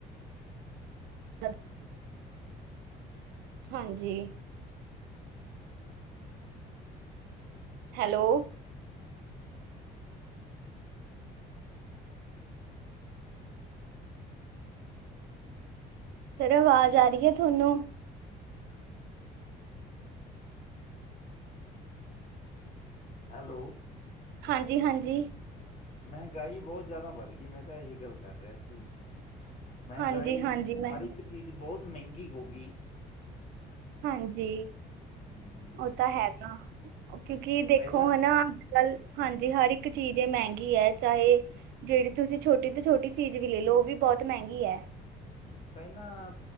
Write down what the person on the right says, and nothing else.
<unintelligible> ਹਾਂਜੀ। ਹੈਲੋ ਸਰ ਆਵਾਜ਼ ਆ ਰਹੀ ਆ ਤੁਹਾਨੂੰ।
ਹਾਂਜੀ-ਹਾਂਜੀ।
ਹਾਂਜੀ ਹਾਂਜੀ ਮੈਂ
ਹਾਂਜੀ
ਉਹ ਤਾਂ ਹੈਗਾ ਕਿਉਂਕਿ ਦੇਖੋ
ਹਨਾ ਗੱਲ ਹਾਂਜੀ ਹਰ ਇੱਕ ਚੀਜ਼ ਇਹ ਮਹਿੰਗੀ ਹੈ ਚਾਹੇ ਜਿਹੜੀ ਤੁਸੀਂ ਛੋਟੀ ਤੋਂ ਛੋਟੀ ਚੀਜ਼ ਵੀ ਲੈ ਲਓ ਉਹ ਵੀ ਬਹੁਤ ਮਹਿੰਗੀ ਹੈ।